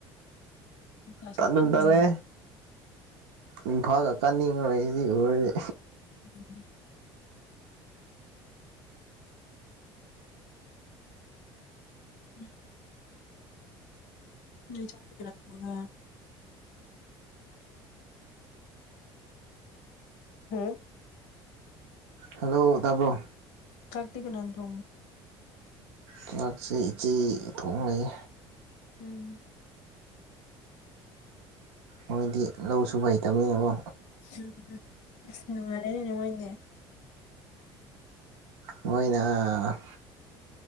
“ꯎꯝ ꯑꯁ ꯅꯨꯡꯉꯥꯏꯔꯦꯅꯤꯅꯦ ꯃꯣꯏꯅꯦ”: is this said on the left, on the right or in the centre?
Left